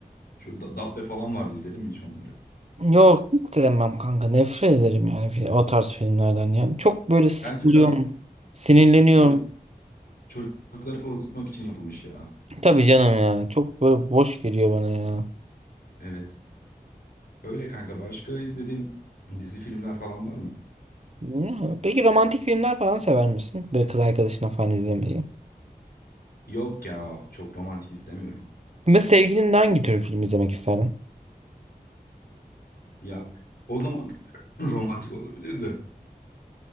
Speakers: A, on the left (about 80°); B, on the right (about 45°).
A: Şu Da- Dabbe falan vardı izledim mi hiç onları?
B: Yok hiç sevmem kanka. Nefret ederim yani fi- o tarz filmlerden yani. Çok böyle sıkılıyorum.
A: Bence biraz
B: Sinirleniyorum.
A: çocuk çocukları korkutmak için yapılmış ya.
B: Tabii canım ya. Çok böyle boş geliyor bana ya.
A: Evet. Öyle kanka. Başka izlediğin dizi filmler falan var mı?
B: Bilmiyorum. Peki romantik filmler falan sever misin? Böyle kız arkadaşına falan izlemeyi.
A: Yok ya. Çok romantik istemiyorum.
B: Ve sevgilinle hangi tür film izlemek isterdin?
A: Ya o zaman <clears throat> romantik olabilirdi.